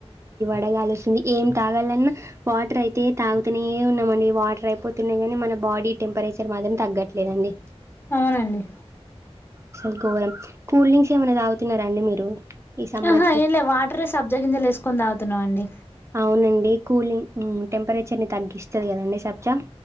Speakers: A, on the right; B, on the left.
A: బాగా గాలి వస్తుంది ఏం తాగాలన్నా వాటర్ అయితే తాగుతూనే ఉన్నామండి వాటర్ అయిపోతున్నాయి కాని మన బాడీ టెంపరేచర్ మాత్రం తగ్గట్లేదండి
B: అవునండి
A: స్వర్గ వారి కూల్ డ్రింక్స్ ఏమైనా తాగుతున్నారా అండి మీరు ఈ సమ్మర్కి
B: ఆహా ఏం లేదు వాటరే సబ్జగింజలు వేసుకని తాగుతున్నాం అండి
A: అవునండి కూలింగ్ హు టెంపరేచర్ ని తగ్గిస్తది కదండి సబ్జా